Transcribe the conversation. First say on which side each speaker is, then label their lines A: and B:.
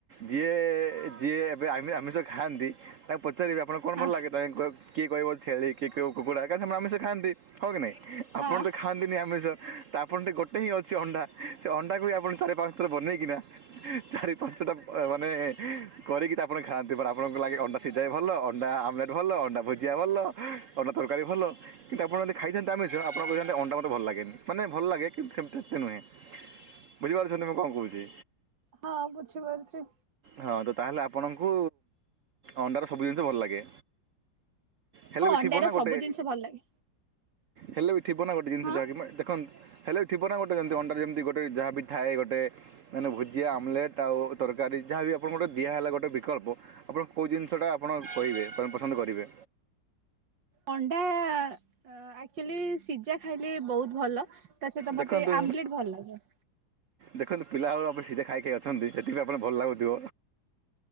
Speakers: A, on the right; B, on the right.
A: ଯିଏ ଯିଏ ଏବେ ଆମି ଆମିଷ ଖାଆନ୍ତି ତାଙ୍କୁ ପ ଚାରିବେ ଆପଣଙ୍କୁ କଣ
B: ହଁ
A: ଭଲ ଲାଗେ ତ କିଏ କହିବ ଛେଳି କିଏ କହିବ କୁକୁଡ଼ା କାରଣ ସେମାନେ ଆମିଷ ଖଆନ୍ତି। ହଁ କି ନାଇଁ ଆପଣ
B: ହଁ
A: ତ ଖାଆନ୍ତିନି ଆମିଷ ତ ଆପଣଙ୍କ ର ଗୋଟେ ହିଁ ଅଛି ଅଣ୍ଡା। ସେ ଅଣ୍ଡାକୁ ବି ଆପଣ ଚାରି ପାଞ୍ଚ ଥର ବନେଇ କିନା ଚାରି ପାଞ୍ଚଟା ମାନେ କରିକି ତ ଆପଣ ଖାଆନ୍ତି ବଟ୍ ଆପଣଙ୍କୁ ଲାଗେ ଅଣ୍ଡା ସିଝା ବି ଭଲ ଅଣ୍ଡା ଆମଲେଟ୍ ଭଲ ଅଣ୍ଡା ଭୁ ଜିଆ ଭଲ ଅଣ୍ଡା ତରକାରୀ ଭଲ କିନ୍ତୁ ଆପଣ ଯଦି ଖାଇଥାନ୍ତେ ଆମିଷ ଆପଣ କହିଥାନ୍ତେ ଅଣ୍ଡା ମତେ ଭଲ ଲାଗେନି ମାନେ ଭଲ ଲାଗେ କିନ୍ତୁ ସେମିତି ଏତେ ନୁହେଁ। ବୁଝିପାରୁଛନ୍ତି ମୁଁ କଣ କହୁଛି?
B: ହଁ ବୁଝିପାରୁଛି।
A: ହଁ ତ ତାହେଲେ ଆପଣଙ୍କୁ ଅଣ୍ଡାର ସବୁ ଜିନିଷ ଭଲ ଲାଗେ? ହେଲେ
B: ହଁ
A: ବି
B: ଅଣ୍ଡାର
A: ଥିବ ନା ଗୋ
B: ସବୁ ଜିନିଷ ଭଲ ଲାଗେ
A: ହେଲେ ବି ଥିବ ନା ଗୋଟେ ଜିନିଷ
B: ହଁ
A: ଯାହାକି ମା ଦେଖନ୍ତୁ ହେଲେ ଥିବ ନା ଗୋଟେ ଯେମିତି ଅଣ୍ଡା ରେ ଯେମିତି ଗୋଟେ ଯାହା ବି ଥାଏ ଗୋଟେ ମାନେ ଭୁଜିଆ ଆମଲେଟ୍ ଆଉ ତରକାରୀ ଯାହା ବି ଆପଣଙ୍କୁ ଗୋଟେ ଦିଆ ହେଲା ଗୋଟେ ବିକଳ୍ପ ଆପଣ କୋଉ ଜିନିଷଟା ଆପଣ କହିବେ ମାନେ ପସନ୍ଦ କରିବେ?
B: ଅଣ୍ଡା ଆକ୍ଚୁଲି ସିଝା ଖାଇଲେ ବହୁତ ଭଲ। ତା ସହିତ
A: ଦେଖନ୍ତୁ
B: ମୋତେ ଆମ୍ବଲେଟ୍ ଭଲ ଲାଗେ।
A: ଦେଖନ୍ତୁ ପିଲା ବେଳେ ଆପଣ ସିଝା ଖାଇ ଖାଇ ଅଛନ୍ତି ସେଥିପାଇି ଆପଣ ଭଲ ଲାଗୁଥିବ।